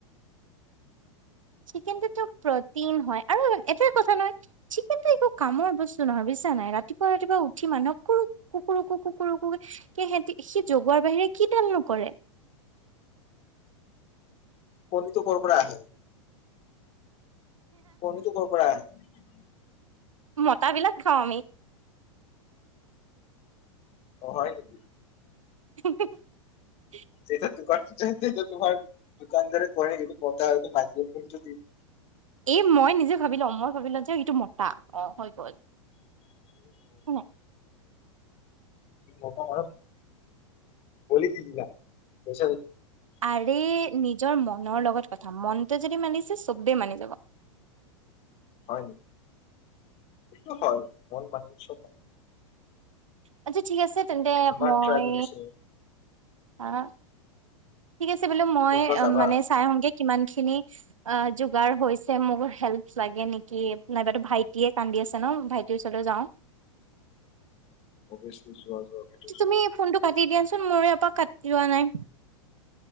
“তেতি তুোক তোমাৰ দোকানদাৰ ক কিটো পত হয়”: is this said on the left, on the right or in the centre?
Left